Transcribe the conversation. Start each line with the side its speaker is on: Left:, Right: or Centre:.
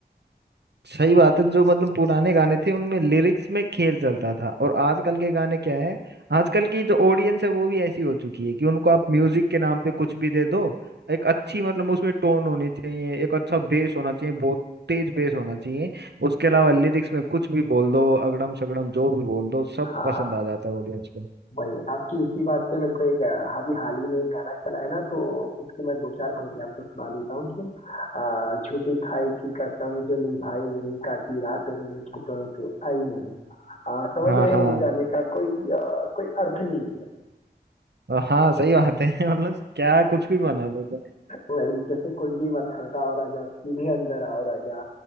Right: सही बात है जो मतलब पुराने गाने थे उनमें लिरिक्स में खेल चलता था और आजकल के गाने क्या है आजकल की जो ऑडियंस है वो भी ऐसी हो चुकी है कि उनको आप म्यूजिक के नाम पे कुछ भी दे दो एक अच्छी मतलब उसमें टोन होनी चाहिए एक अच्छा बेस होना चाहिए बहुत तेज बेस होना चाहिए उसके अलावा लिरिक्स में कुछ भी बोल दो अगड़म सगड़म जो भी बोल दो सब
Left: हाँ
Right: पसंद आ जाता है ऑडियंस को
Left: वही आपकी इसी बात से मेरे को एक अ, अभी हाल ही में एक गाना चला है ना तो उसकी मैं दो चार पंक्ति आपको सुना देता हूँ कि अ, झूठी खाई की कसम जो निभाई नहीं काटी रात मैंने खेतों में तू आई नहीं अ, समझ
Right: हाँ
Left: रहे
Right: हाँ
Left: हैं इस गाने का कोई अ, कोई अर्थ नहीं है
Right: हाँ सही बात है <laughs> मतलब क्या कुछ भी बना देते
Left: वही जैसे कुंडी मत खड़काओ राजा सीधे अंदर आओ राजा